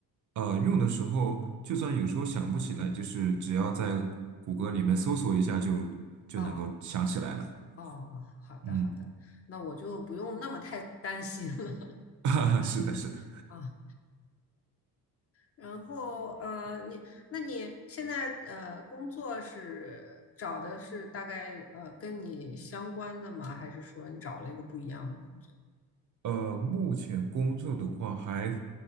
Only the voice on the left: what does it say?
啊、哦，好的好的，
那我就不用那么太 <laughs> 担心了
<laughs> 啊。然后呃，你那你现在呃工作是找的是大概呃跟你相关的吗？还是说你找了一个不一样的工作？